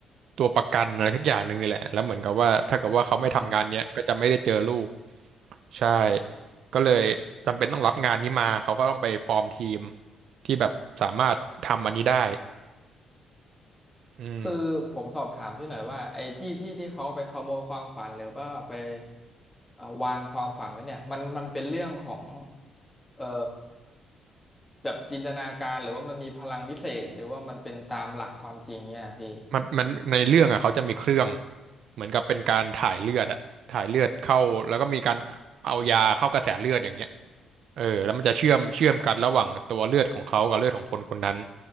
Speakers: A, on the right; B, on the left.
A: ตัวประกันอะไรทักอย่างหนึ่งนี่แหละแล้วเหมือนกับว่าถ้าเกิดว่าเขาไม่ทำงานเนี้ยก็จะไม่ได้เจอลูก
B: อ๋อ
A: ใช่ก็เลยจำเป็นต้องรับงานนี้มาเขาก็ต้องไปฟอร์มทีมที่แบบสามารถทำอันนี้ได้อืม
B: คือผมสอบถามพี่หน่อยว่าไอ้ที่ที่ที่เขาไปขโมยความฝันหรือว่าไปเอ่อวางความฝันไว้เนี่ยมันมันเป็นเรื่องของเอ่อแบบจินตนาการหรือว่ามันมีพลังวิเศษหรือว่ามันเป็นตามหลักความจริงเนี่ยพี่
A: มันมันในเรื่องอ่ะเขาจะมีเครื่องเหมือนกับเป็นการถ่ายเลือดอะถ่ายเลือดเข้าแล้วก็มีการเอายาเข้ากระแสเลือดอย่างเงี้ย เออแล้วมันจะเชื่อมเชื่อมกันระหว่างตัวเลือดของเขากับเลือดของคนคนนั้น